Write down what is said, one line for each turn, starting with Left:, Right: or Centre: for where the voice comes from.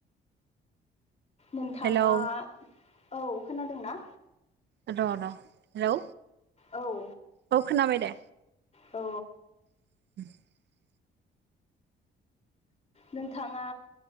Left: नोंथाङा
Right: हेलौ
Left: औ खोनादों ना?
Right: र' र' हेलौ।
Left: औ औ
Right: औ खोनाबाय दे
Left: औ।
Right: <inaudible>
Left: नोंथाङा